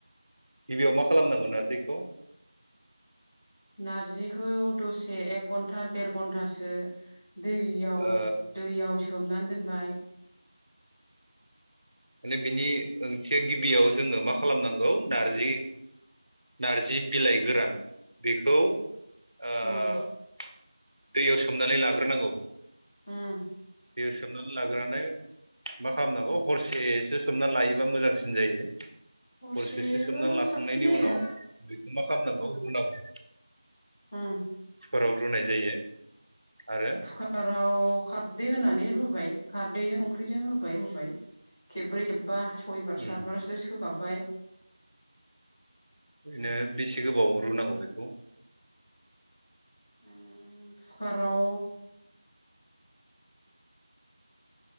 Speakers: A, on the right (about 65°); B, in the centre.
A: गिबियाव मा खालामनांगौ नाजिरखौ?
B: नारजिखौ दसे एक घन्टा देर घन्टासो दैयाव
A: ओ
B: दैयाव सोमनानै दोनबाय ।
A: माने बिनि ओंथिया गिबियाव जोङो मा खालामनांगौ नारजि नारजि बिलाइ गोरान बेखौ ओ दैयाव
B: उम
A: सोमनानै लाग्रोनांगौ ।
B: उम
A: सोमनानै लाग्रोनानै मा खालामनांगौ हरसेसो सोमनानै लायोबा मोजांसिन जायो । हरसेसो
B: हरसेबा
A: सोमनानै लाखांनायनि
B: साबसिन जायो
A: उनाव बेखौ मा खालामनांगौ रुनांगौ
B: उम
A: खुखाराव रुनाय जायो आरो
B: कुकाराव खारदै होनानै रुबाय खारदैजों संख्रिजों होबाय रूबाय खेब्रै खेबबा सयबार
A: उम
B: सााथबारसो सोगाबबाय
A: ओरैनो बेसे गोबाव रुनांगौ बेखौ
B: उम कुकाराव